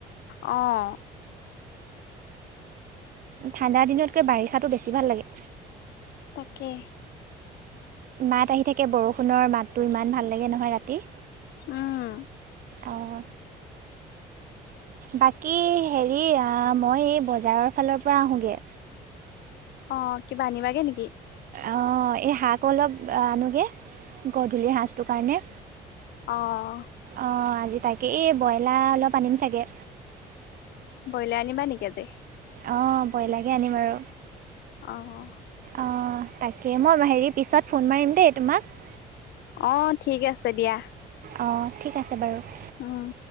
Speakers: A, on the left; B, on the right.
A: অঁ
B: ঠাণ্ডা দিনতকৈ বাৰিষাটো বেছি ভাল লাগে।
A: তাকে
B: মাত আহি থাকে বৰষুণৰ মাতটো ইমান ভাল লাগে নহয় ৰাতি।
A: উম
B: অঁ বাকী হেৰি আ মই এই বজাৰৰ ফালৰ পৰা আহোঁ গৈ।
A: অ কিবা আনিবাগে নেকি?
B: অঁ এই শাক অলপ আনোগৈ গধূলিৰ সাজটোৰ কাৰণে।
A: অঁ
B: অঁ আজি তাকে এই ব্ৰইলাৰ অলপ আনিম চাগে
A: ব্ৰইলাৰ আনিবা নেকি আজি
B: অঁ ব্ৰইলাকে আনিম আৰু
A: আহ
B: অঁ তাকে মই হেৰি পিছত ফোন কৰিম দেই তোমাক
A: অ ঠিক আছে দিয়া
B: অঁ ঠিক আছে বাৰু
A: উম